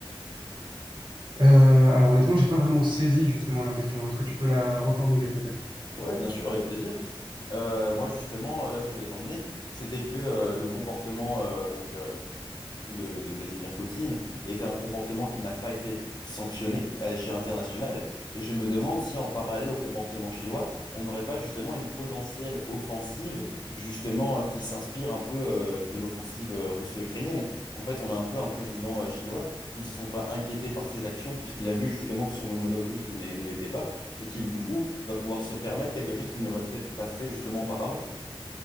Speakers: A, on the right; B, on the left.
A: Euh, alors honnêtement, j'ai pas vraiment saisi justement la question. Est-ce que tu peux la reformuler peut-être?
B: Ouais, bien sûr, avec plaisir. Euh, moi justement, là où je voulais t'emmener, c'était que euh, le comportement euh, donc euh, de, de Vladimir Poutine était un comportement qui n'a pas été sanctionné à l'échelle internationale. Et je me demande si en parallèle au comportement chinois, on n'aurait pas justement une potentielle offensive justement euh, qui s'inspire un peu euh, de l'offensive euh, russo-ukrainienne. En fait, on a un peu un président euh, chinois qui ne se sont pas inquiétés par ses actions puisqu'il a vu justement que son homologue russe ne l'est- ne l'était pas et qu'il du coup va pouvoir se permettre quelque chose qu'il n'aurait peut-être pas fait justement auparavant.